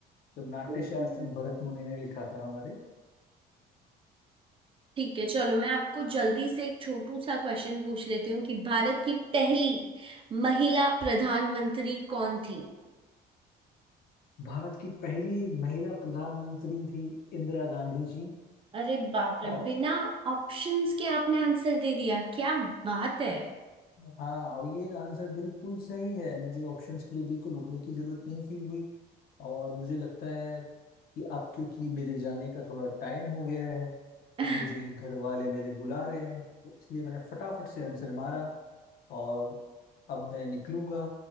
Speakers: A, on the left; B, on the right.
A: तो नाट्यशास्त्र
B: कोई बात
A: भरत
B: नहीं।
A: मुनि ने लिखा था हमारे
B: ठीक है चलो मैं आपको जल्दी से एक छोटू सा क्वेश्चन पूछ लेती हूँ कि भारत की पहली महिला प्रधानमंत्री कौन थी
A: भारत की पहली महिला प्रधानमंत्री थी इंदिरा गांधी जी
B: अरे बाप रे
A: और
B: बिना ऑप्शंस के आपने आंसर दे दिया क्या बात है
A: हाँ और ये आंसर बिल्कुल सही है मुझे ऑप्शंस के लिए बिल्कुल रुकने की जरूरत नहीं फील हुई और मुझे लगता है कि अब क्योंकि मेरे जाने का थोड़ा टाइम हो गया है
B: <laughs>
A: मुझे घर वाले मेरे बुला रहे हैं तो इसलिए मैंने फटाफट से आंसर मारा और अब मैं निकलूंगा